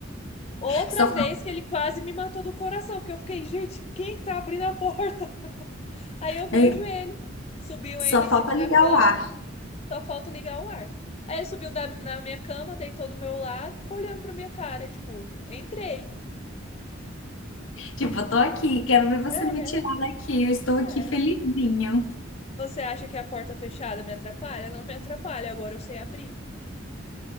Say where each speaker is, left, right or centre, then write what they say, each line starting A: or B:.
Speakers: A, on the left; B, on the left.
A: Outra
B: Só, fa-
A: vez que ele quase me matou do coração, que eu fiquei, gente, quem que tá abrindo a porta? <laughs> Aí eu vejo
B: é,
A: ele. Subiu
B: só
A: ainda em
B: falta
A: cima
B: ligar
A: da cama,
B: o ar.
A: só falta ligar o ar. Aí ele subiu da- na minha cama, deitou do meu lado, ficou olhando pra minha cara, tipo, entrei.
B: Tipo, eu tô aqui, quero ver você
A: É.
B: me tirar daqui. Eu estou
A: É,
B: aqui felizinho.
A: você acha que a porta fechada me atrapalha? Não me atrapalha, agora eu sei abrir.